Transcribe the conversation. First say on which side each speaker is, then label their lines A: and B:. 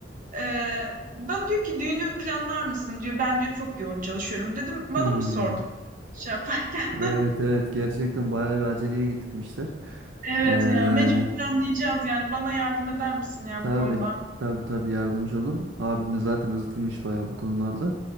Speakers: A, on the right (about 45°); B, on the right (about 80°).
A: E, ben diyor ki düğünü planlar mısın diyor ben diyor çok yoğun çalışıyorum dedim bana
B: Hmm.
A: mı sordun şey yaparken
B: Evet evet gerçekten bayağı bir aceleye getirmişler.
A: Evet
B: Ee,
A: ya mecbur planlayacağız yani bana yardım eder misin ya
B: tabii
A: bu konuda?
B: tabii tabii yardımcı olurum. Abin de zaten hızlıymış bayağı bu konularda.